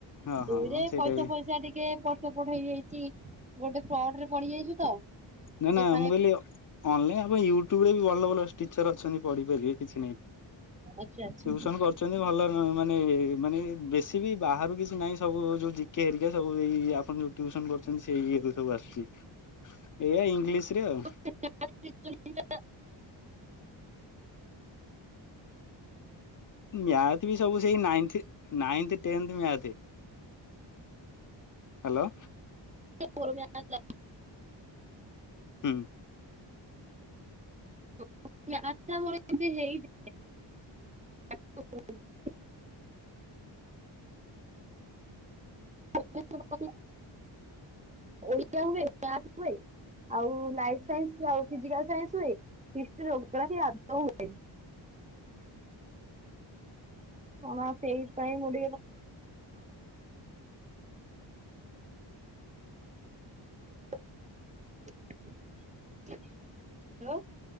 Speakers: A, on the left; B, on the right.
A: ହଁ ହଁ
B: ଦୁଇରେ
A: ସେଇଟା
B: ପଇସା
A: ବି
B: ଫଇସା ଟିକେ ପ ଏପଟ୍ ସେପଟ୍ ହେଇଯାଇଚି ଗୋଟେ ଫ୍ରଡ୍ ରେ ପଡି ଯାଇଚୁ ତ।
A: ନାଁ
B: ସେ
A: ନାଁ
B: ମାନେ
A: ମୁଁ କହିଲି ଅ-ଅନଲାଇନ ଆପଁ ୟୁଟ୍ୟୁବ ରେ ବି ଭଲ ଭଲ ଟିଚର ଅଛନ୍ତି ପଢିପାରିବେ କିଛି ନାଇଁ।
B: ଆଚ୍ଛା ଆଚ୍ଛା।
A: ଟ୍ୟୁସନ କରୁଚ ଚନ୍ତି ଭଲ ମ-ମାନେ ମାନେ ବେଶୀ ବି ବାହାରୁ କିଛି ନାଇଁ ସବୁ ଯୋଉ ଜିକେ ହେରିକା ସବୁ ଏଇ ଆପଣ ଯୋଉ ଟ୍ୟୁସନ୍ କରୁଚନ୍ତି ସେଇ ଇଏରୁ ସବୁ ଆସୁଚି। ଏଇଆ ଇଂଲିଶ ରେ ଆଉ।
B: <unintelligible>
A: ମ୍ୟାଥ୍ ବି ସବୁ ସେଇ ନାଇନ୍ଥି ନାଇନ୍ଥ ଟେନ୍ଥ ମ୍ୟାଥେ। ହାଲୋ।
B: <unintelligible>
A: ହୁଁ।
B: <inaudible> <unintelligible> <unintelligible> ଓଡ଼ିଆ ହୁଏ <unintelligible> ଆଉ ଲାଇଫ୍ ସାଇନ୍ସ ଆଉ ଫିଜିକାଲ ସାଇନ୍ସ ହୁଏ। ହିଷ୍ଟ୍ର ଯୋଗ୍ରା-ଫି ଆଦୋଁ ହୁଏନି। କଣ୍ ସେଇଥପାଇଁ <inaudible>
A: ଆ
B: ହଲୋ।